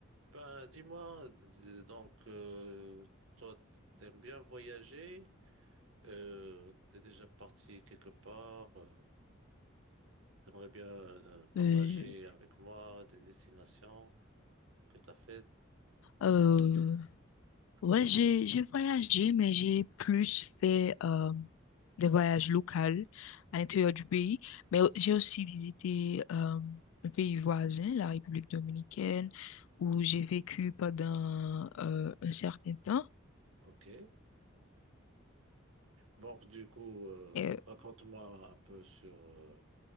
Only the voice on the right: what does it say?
Ben, dis-moi, d- donc, euh, toi, t'aimes bien voyager, euh, t'es déjà parti quelque part, euh, t'aimerais bien euh, partager
avec moi des destinations que t'as faites.
Ok.
Ok. Donc, du coup, euh,
raconte-moi un peu sur euh,